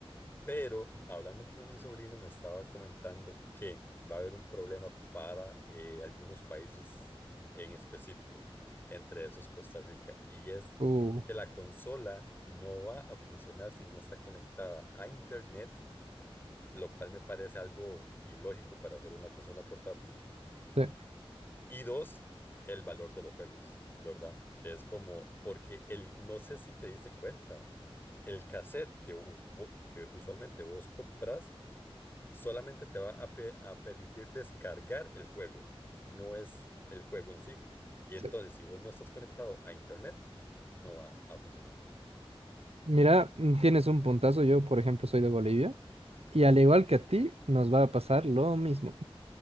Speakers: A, on the left; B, on the right.
A: Pero hablando con mi sobrino me estaba comentando que va a haber un problema para eh, algunos países en específico, entre esos Costa Rica, y es
B: uh,
A: que la consola no va a funcionar si no está conectada a internet, lo cual me parece algo ilógico para hacer una consola portátil
B: sí,
A: y dos, el valor de los juegos, ¿verdad? Que es como, porque el, no sé si te diste cuenta, el cassette que, u- vo- que usualmente vos compras solamente te va a, pe- a permitir descargar el juego, no es el juego en sí. Y
B: sí.
A: entonces, si vos no estás conectado a internet, no va a funcionar.
B: Mira, mm, tienes un puntazo. Yo, por ejemplo, soy de Bolivia. Y al igual que a ti, nos va a pasar lo mismo.